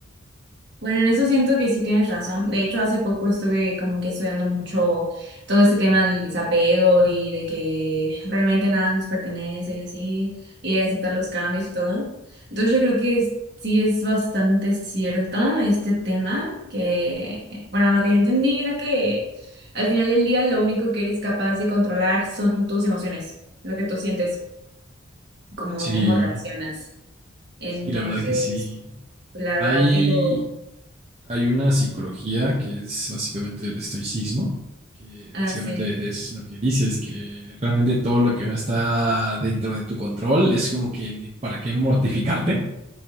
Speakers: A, on the right (about 55°); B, on the right (about 30°).
A: Bueno, en eso siento que sí tienes razón. De hecho, hace poco estuve como que estudiando mucho todo este tema del desapego y de que realmente nada nos pertenece y así, y de aceptar los cambios y todo. Entonces yo creo que es- sí es bastante cierto este tema, que, bueno, lo que yo entendí era que al final del día lo único que eres capaz de controlar son tus emociones, lo que tú sientes, cómo,
B: Sí,
A: cómo reaccionas. Entonces,
B: sí, la verdad que sí.
A: la
B: Hay
A: verdad que lo...
B: Hay una psicología que es básicamente el estoicismo, que básicamente
A: Ah, sí.
B: es lo que dices, que realmente todo lo que no está dentro de tu control es como que ni para qué mortificarte.